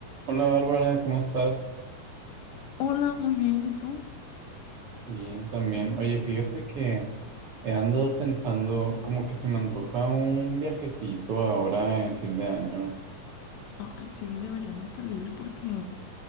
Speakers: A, on the right; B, on the left.
A: Hola Bárbara, ¿cómo estás?
B: Hola, muy bien, ¿y tú?
A: Bien, también. Oye, fíjate que he andado pensando como que se me antoja un viajecito ahora en fin de año.
B: Ay, sí, deberíamos salir porque